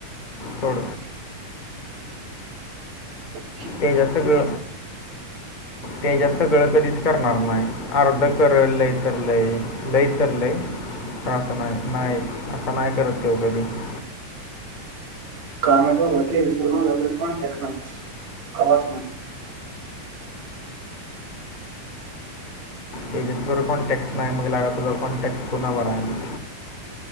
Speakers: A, on the left; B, on the right.
A: सोड.
B: रिकामा ऑडिओ
A: तेजा सगळ... तेज्या सगळं कधीच करणार नाही अर्ध कर लय तर लय लय तर लय. <unintelligible>
B: <unintelligible>
A: तेजसवर कॉन्टॅक्ट नाही मग लेका तुझा कॉन्टॅक्ट कोणावर राहिला?